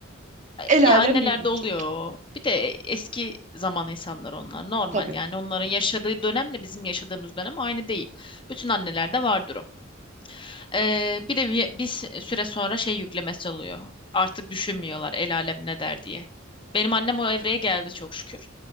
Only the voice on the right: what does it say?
El
alem
ne diyecek?
Tabii.